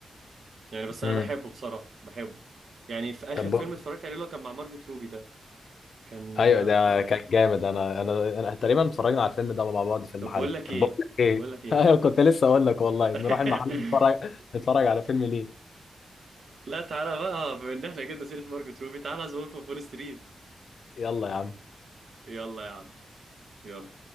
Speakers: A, on the right; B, on the left.
A: يعني بس
B: امم
A: أنا بحبه بصراحة بحبه يعني في آخر
B: طب
A: فيلم اتفرجت عليه اللي هو كان مع مارجت روبي ده كان
B: ايوه
A: أه
B: ده كان جامد انا انا انا تقريبا اتفرجنا على الفيلم ده مع بعض في المحل
A: طب بقول لك
B: طب
A: إيه
B: بقول لك ايه
A: طب بقول لك
B: <laughs>
A: إيه
B: ايوه كنت لسه اقول لك والله
A: <laughs>
B: نروح المحل نتفرج نتفرج على فيلم ليه
A: لا تعالى بقى بما إن إحنا جبنا سيرة مارجت روبي تعالى ذا وولف أوف وول ستريت
B: يلا يا عم
A: يلا يا عم يلا